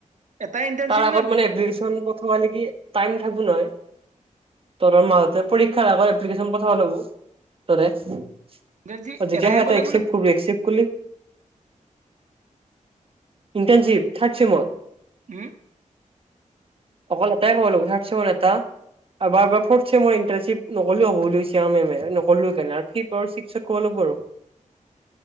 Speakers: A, on the right (about 65°); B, on the right (about 45°).
A: এটাই ইণ্টাৰ্ণশ্বিপ
B: তাৰ আগত
A: নে বহুত
B: মানে এপ্লিকেচন সেইখন পঠাব লাগি টাইম থাকো নহয় তোৰ মাজতে পৰীক্ষাৰ আগত এপ্লিকেশন পঠাব লাগো তাৰে তেতিয়াহে
A: ইণ্টাৰ্ণশ্বিপ এটাই কৰিব
B: তই
A: লাগিব
B: একেচেপ্ট
A: নে
B: কৰিবি একচেপ্ট কৰিলে ইণ্টাৰ্ণশ্বিপ থাৰ্ড ছেমত
A: হুম
B: অকল এটাই কব লাগে থাৰ্ড চেমত এটা আৰু বা বা ফ্ৰৰ্টচেমত ইণ্টাৰ্ণচিপ নকৰিলেও হ'ব বুলিছে মেমে নকৰিলো সেই কাৰণে আৰু ফিট আৰু ছিক্স কৰিব লাগিব আৰু